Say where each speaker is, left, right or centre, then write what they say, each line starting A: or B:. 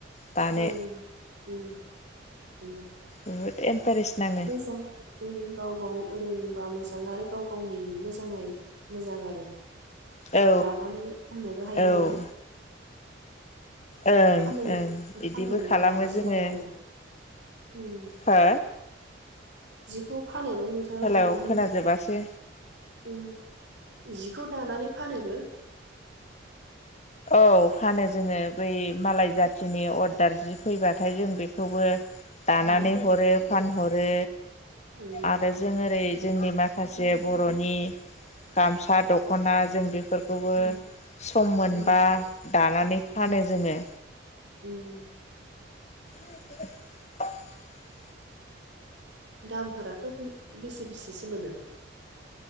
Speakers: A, on the left; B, on the right.
A: दानो
B: उम उम उम
A: <inaudible> नाङो
B: मोजां ओं गाव गाव रों बा मोजां आरो गाव गावनि मोजाङै मोजां आरो
A: औ
B: दानानै फाननोबो हायो
A: औ ओं
B: नालाय
A: ओं
B: फानो
A: ओं बिदिबो
B: फानो नोंथाङा
A: खालामो
B: जि
A: जोङो।
B: दानानै उम
A: हो?
B: जिखौ फानोबो नोंथाङा
A: हेलौ
B: दानानै
A: खोनाजोबासै
B: उम जिखौ दानानै फानोबो?
A: औ फानो जोङो। बै मालाय जाथिनि अर्दार जि फैबाथाय जों बेखौबो दानानै
B: उम
A: हरो फानहरो
B: उम
A: आरो जों ओरै जोंनि माखासे बर'नि गामसा दख'ना जों बे फोरखौबो
B: उम
A: सम मोनबा
B: उम
A: दानानै फानो
B: उम
A: जोङो।
B: उम
A: <inaudible>
B: दामफोराथ' बेसे बेसेसो मोनो?